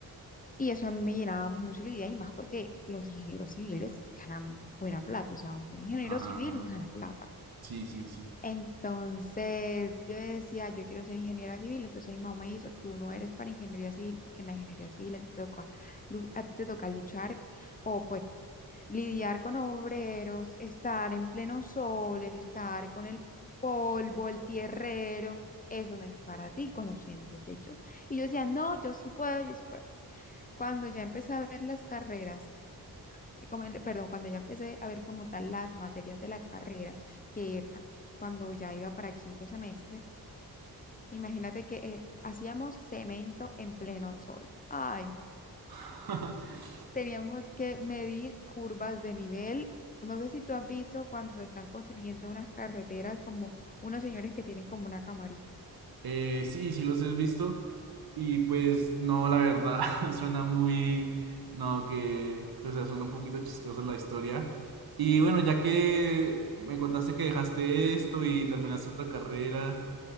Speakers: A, on the left; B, on the right.
A: Y eso a mí me llenaba mucho la idea y más porque los ingenieros civiles ganan buena plata, o sea, un buen ingeniero
B: Ah,
A: civil gana plata.
B: sí, sí, sí.
A: Entonces yo decía, yo quiero ser ingeniera civil, entonces mi mamá me hizo, tú no eres para ingeniería civil, porque en la ingeniería civil a ti te toca, lu- a ti te toca luchar o pues lidiar con obreros, estar en pleno sol, estar con el polvo, el tierrero, eso no es para ti, conociéndote yo. Y yo decía, no, yo sí puedo, yo sí puedo. Cuando ya empecé a ver las carreras, eh, como el- perdón, cuando ya empecé a ver como tal las materias de la carrera, que era cuando ya iba para quinto semestre, imagínate que eh, hacíamos cemento en pleno sol. Ay,
B: <laughs>
A: teníamos que medir curvas de nivel. No sé si tú has visto cuando están construyendo unas carreteras como unos señores que tienen como una camarita.
B: Eh, sí, sí los he visto. Y pues no, la verdad, <laughs> suena muy, no, que, pues o sea, suena un poquito chistosa la historia. Y bueno, ya que me contaste que dejaste esto y terminaste otra carrera,